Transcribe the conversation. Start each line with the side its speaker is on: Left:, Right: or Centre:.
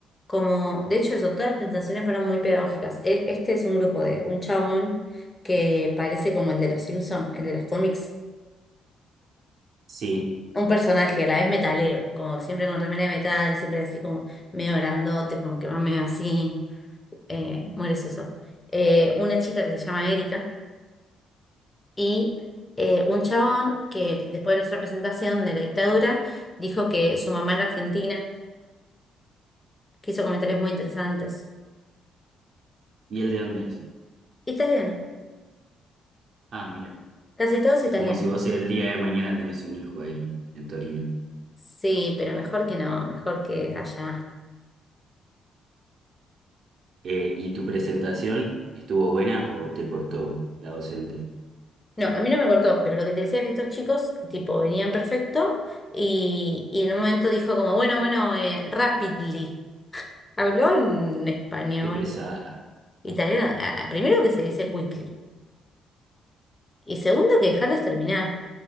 Left: Como, de hecho, eso, todas las presentaciones fueron muy pedagógicas. E- Este es un grupo de un chabón que parece como el de los Simpson el de los cómics.
Right: Sí,
Left: Un personaje, a la vez metalero, como siempre con remera de metal, siempre así como medio grandote, como que va medio así. eh, mueres eso. Eh, una chica que se llama Erika y eh, un chabón que después de nuestra presentación de la dictadura dijo que su mamá era argentina, que hizo comentarios muy interesantes.
Right: ¿y él de dónde es?
Left: Italiana,
Right: Ah, mira,
Left: casi todos italianos.
Right: es como si vos el día de mañana tenés un hijo ahí en Torino.
Left: Sí, pero mejor que no, mejor que allá.
Right: Eh, ¿y tu presentación estuvo buena o te cortó la docente?
Left: No, a mí no me cortó, pero lo que te decía es que estos chicos, tipo, venían perfecto y, y en un momento dijo como, bueno, bueno, eh, rapidly. Habló en español,
Right: Qué pesada.
Left: italiano, ah, primero que se dice quickly. Y segundo, que dejarlos terminar.